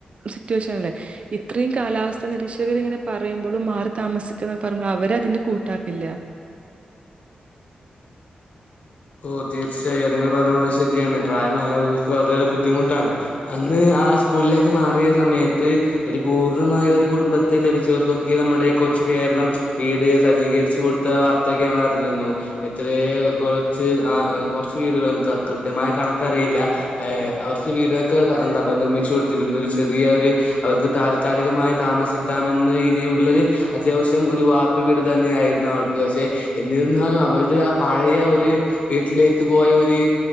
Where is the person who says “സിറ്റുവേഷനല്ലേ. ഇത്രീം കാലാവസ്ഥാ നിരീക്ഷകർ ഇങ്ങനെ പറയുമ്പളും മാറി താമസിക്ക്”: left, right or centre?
Right